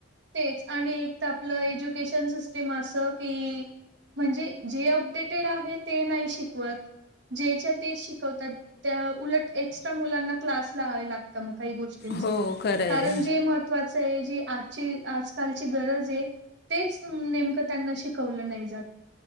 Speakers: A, on the right; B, on the left.
A: तेच आणि एक तर आपलं एज्युकेशन सिस्टीम अस की. म्हणजे जे अपडेटेड आहे ते नाही शिकवत. ज्याच्या ते शिकवतात त्या उलट एक्स्ट्रा मुलांना क्लास लाहावे लागत मग. काही गोष्टींसाठी
B: हो खरं आहे
A: कारण जे महत्त्वाचं आहे जी आजची आजकालची गरज आहे. तेच नेमकं त्यांना शिकवलं नाही जात